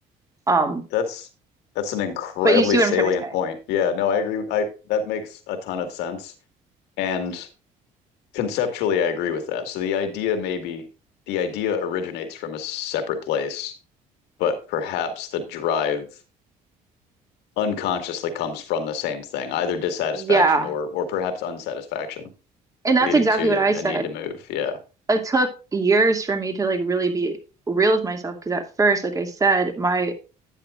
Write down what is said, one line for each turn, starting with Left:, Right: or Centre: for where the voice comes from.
Right: Um,
Left: That's that's an incredibly
Right: but you see
Left: salient
Right: what I'm trying to say?
Left: point. Yeah, no, I agree. I that makes a ton of sense. And conceptually, I agree with that. So the idea maybe the idea originates from a separate place, but perhaps the drive unconsciously comes from the same thing, either dissatisfaction
Right: Yeah,
Left: or or perhaps unsatisfaction,
Right: and that's
Left: leading
Right: exactly
Left: to
Right: what I
Left: a
Right: said.
Left: need to move. Yeah.
Right: It took years for me to like really be real with myself because at first, like I said, my